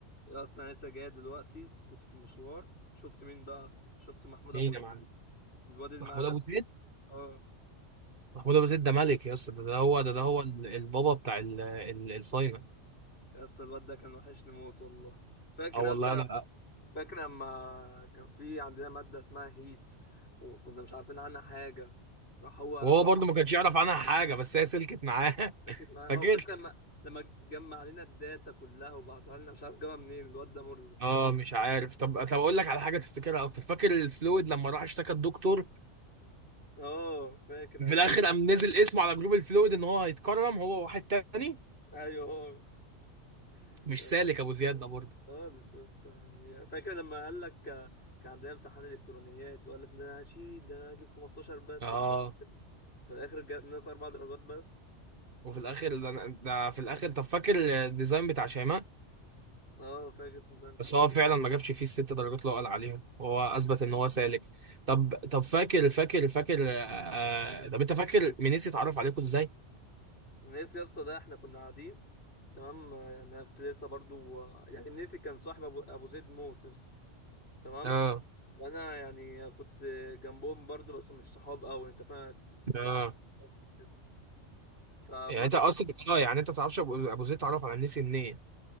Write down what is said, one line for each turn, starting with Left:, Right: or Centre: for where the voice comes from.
Left: يا اصلا انا لسه جاي دلوقتي كنت في مشوار شفت مين بقى شفت محمود ابو
Right: مين
Left: زيد
Right: يا معلم
Left: الواد اللي
Right: محمود
Left: معانا
Right: ابو زيد
Left: اه
Right: محمود ابو زيد ده ملك يا اسطى ده, ده
Left: اه
Right: هو ده, ده هو ال- البابا بتاع ال- ال- الفاينل
Left: يا اسطى الواد ده كان وحشني موت والله فاكر
Right: اه والله
Left: يا اسطى
Right: انا
Left: فاكر لما كان في عندنا ماده اسمها هيت وكنا مش عارفين عنها حاجه راح هو
Right: وهو
Left: م-
Right: برضه ما كانش يعرف عنها حاجه بس هي سلكت معاه
Left: ساكت
Right: <laughs>
Left: معانا
Right: فاكر
Left: اه فاكر لما لما جمع علينا الداتا كلها وبعتها لنا مش عارف جابها منين الواد ده مرزق
Right: اه مش عارف طب طب اقول لك على حاجه تفتكرها اكتر فاكر الفلويد لما راح اشتكى الدكتور
Left: اه فاكر انا
Right: في الاخر قام نزل اسمه على جروب الفلويد ان هو هيتكرم هو واحد تاني
Left: ايوه هو <laughs>
Right: مش سالك ابو زياد ده برضه
Left: خالص يا اسطى يعني فاكر لما قال لك آه، كان عندنا امتحان الكترونيات وقال لك ده أنا هشيل ده أنا هجيب 15 بس
Right: اه
Left: وفي في الاخر جاب ناقص اربع درجات بس
Right: وفي الاخر ده ده في الاخر طب فاكر الديزاين بتاع شيماء
Left: اه فاكر نظام شام
Right: بس هو فعلا ما جابش فيه الست درجات اللي هو قال عليهم فهو اثبت ان هو سالك طب طب فاكر فاكر فاكر آه طب انت فاكر منيسي اتعرف عليكم ازاي؟
Left: نسي يا اسطى ده احنا كنا قاعدين تمام آه، يعني انا كنت لسه برضو آه، يعني منيسي كان صاحب ابو ابو زيد موت يا اسطى تمام
Right: اه
Left: وانا يعني كنت جنبهم برضو بس مش صحاب قوي انت فاهم مع
Right: اه
Left: الناس كده فمر
Right: يعني انت اصلا اه يعني انت ما تعرفش ابو أبو زيد اتعرف على منيسي منين؟